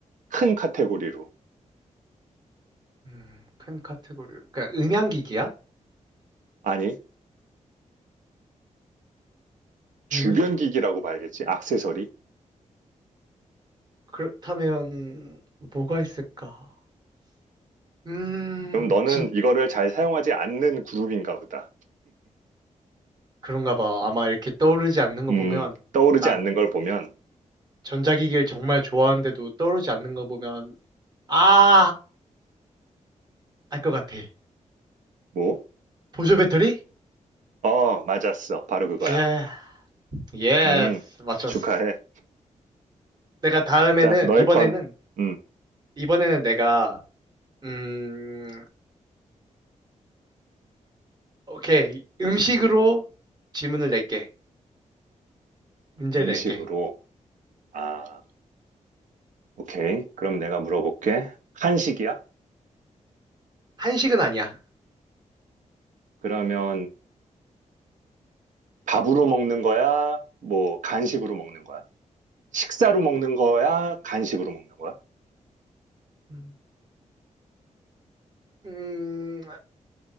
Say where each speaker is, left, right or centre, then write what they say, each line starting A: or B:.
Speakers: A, on the right; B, on the right.
A: 큰 카테고리로.
B: 음, 큰 카테고리. 그러니까 음향기기야?
A: 아니. 주변
B: 음향기?
A: 기기라고 봐야겠지. 액세서리.
B: 그렇다면 뭐가 있을까? 음,
A: 그럼 너는
B: 진짜
A: 이거를 잘 사용하지 않는 그룹인가 보다.
B: 그런가 봐. 아마 이렇게 떠오르지 않는 거
A: 음,
B: 보면,
A: 떠오르지
B: 나
A: 않는 걸 보면,
B: 전자기기를 정말 좋아하는데도 떠오르지 않는 거 보면, 아! 알 것 같아.
A: 뭐?
B: 보조 배터리?
A: 어, 맞았어. 바로 그거야.
B: 예, 예스.
A: 음,
B: 맞췄어.
A: 축하해.
B: 내가 다음에는,
A: 자, 너의
B: 이번에는,
A: 턴. 음,
B: 이번에는 내가, 음, 오케이. 음식으로 질문을 낼게. 문제를
A: 음식으로.
B: 낼게.
A: 아. 오케이. 그럼 내가 물어볼게. 한식이야?
B: 한식은 아니야.
A: 그러면 밥으로 먹는 거야? 뭐 간식으로 먹는 거야? 식사로 먹는 거야? 간식으로 먹는 거야?
B: 음, 음,